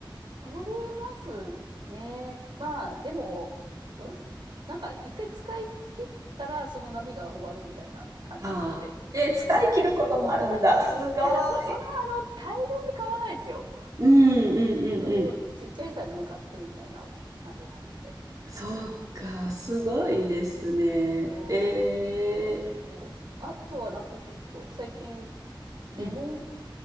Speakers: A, on the right; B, on the right.
A: おりますね。まあ、でも、うん。なんか一回使い切ったら、その波が終わるみたいな感じなんで。
B: ああ。えー、使い切ることもあるんだ。
A: うん使い
B: すごい。
A: いや、でもそ、そんな、あの、大量に買わないですよ。
B: うんうんうんうん。
A: うん。ちっちゃいサイズの買ってみたいな感じなんで。
B: そうか、すごいですね。
A: うん。も
B: ええ
A: そうあとはなんか結構、最近、レモン
B: ー。うん、